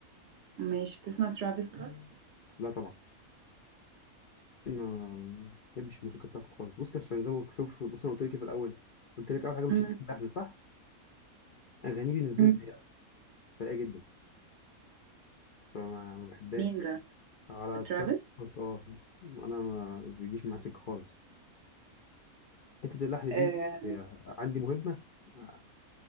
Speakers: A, on the right; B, on the left.
A: ماشي بتسمع ترافيس سكوت مم.
B: لا طبعا ما بحبش الموسيقى بتاعته خالص بص عشان زي ما شوف بص انا قلت لك إيه في الاول قلت لك اول حاجه مش
A: امم
B: اللحن صح اغانيه بالنسبه
A: مم.
B: لي سيئه سيئه جدا فما ما بحبهاش
A: مين ده
B: على
A: ترافيس
B: تراب سكوت اه انا ما بيجيش معاه
A: مم.
B: سكه خالص حته اللحن
A: آه.
B: دي هي عندي مهمه آه،